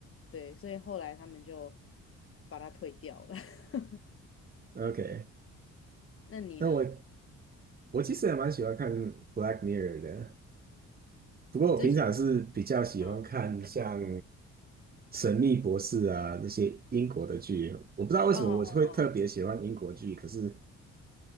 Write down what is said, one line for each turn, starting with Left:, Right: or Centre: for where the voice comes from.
Left: 对，所以后来他们就把它退掉了。<laughs>
Right: 嗯，OK，
Left: 那你呢？
Right: 那我我其实也蛮喜欢看《Black Mirror》的。不过我平常是比较喜欢看像
Left: 你最喜欢？嗯
Right: 《神秘博士》啊那些英国的剧，我不知道为什么我会特别喜欢英国剧，
Left: 嗯嗯嗯，
Right: 可是